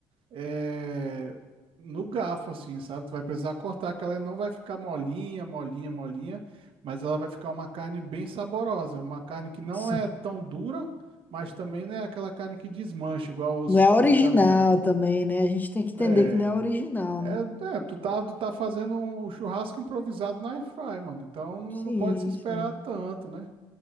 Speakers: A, on the right; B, on the left.
A: é, no garfo, assim, sabe? Tu vai precisar cortar, que ela não vai ficar molinha, molinha, molinha, mas ela vai ficar uma carne bem saborosa. Uma carne que não
B: Sim.
A: é tão dura, mas também não é aquela carne que desmancha, igual os
B: Não é
A: costelão.
B: original também, né? A gente tem que entender
A: É.
B: que não é original,
A: É,
B: né?
A: é, tu tá, tu tá fazendo um um churrasco improvisado na airfry, mano. Então não,
B: Sim,
A: não pode se esperar
B: sim.
A: tanto, né?